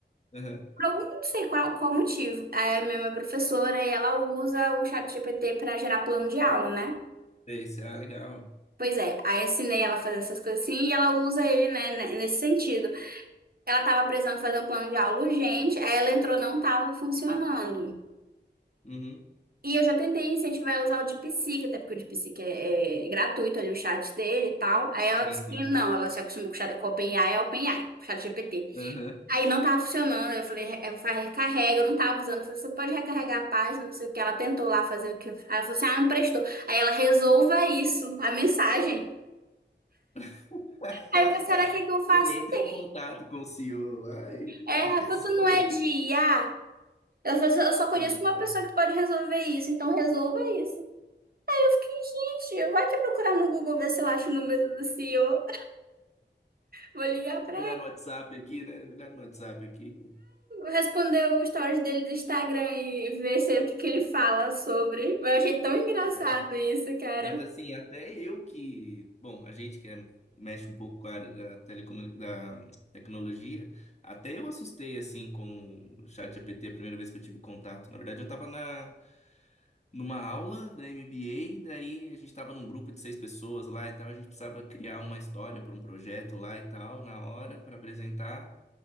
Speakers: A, on the left; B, on the right.
A: Aham.
B: Por algum, não sei qual, qual motivo. É, A minha professora, e ela usa o ChatGPT para gerar plano de aula, né?
A: Esse, ah, legal.
B: Pois é, aí eu ensinei ela a fazer essas coisas assim e ela usa ele, né, ne- nesse sentido. Ela tava precisando fazer um plano de aula urgente, aí ela entrou, não tava funcionando.
A: Uhum.
B: E eu já tentei incentivar ela a usar o DeepSeek, até porque o DeepSeek é, é gratuito ali, o chat dele e tal. Aí ela
A: Sim,
B: disse
A: sim.
B: que não, ela se acostumou com o chat com o OpenAI, é OpenAI, o chat GPT.
A: Aham.
B: Aí não tava funcionando. Aí eu falei, "Re- é, fa- recarrega, eu não tava usando. Eu falei, você pode recarregar a página, não sei o que. Ela tentou lá fazer o que. eu- Aí ela falou assim, ah, não prestou. Aí ela resolva isso, a mensagem.
A: <laughs>
B: Aí eu falei, será que é que eu faço?
A: Ele
B: o
A: entra
B: quê?"
A: em contato com o CEO. Ai,
B: É,
A: <laughs>
B: ela
A: resolve.
B: falou, tu não é de IA? Ela falou assim, eu só conheço
A: Olha
B: uma
A: só.
B: pessoa que pode resolver isso, então resolva isso. Eu fiquei, gente, vai que procurar no Google ver se eu acho o número do CEO. Vou ligar pra
A: Olhar
B: ele.
A: no WhatsApp aqui, né? Olhar no WhatsApp aqui.
B: Responder o stories dele do Instagram e ver se, é o que, que ele fala sobre. Mas eu achei tão engraçado
A: É.
B: isso, cara.
A: Mas assim, até eu que. Bom, a gente que é- mexe um pouco com a área da, telecomu... da tecnologia, até eu assustei assim com o chat GPT a primeira vez que eu tive contato. Na verdade, eu estava na... numa aula da MBA, daí a gente estava num grupo de seis pessoas lá e tal, a gente precisava criar uma história para um projeto lá e tal, na hora, para apresentar.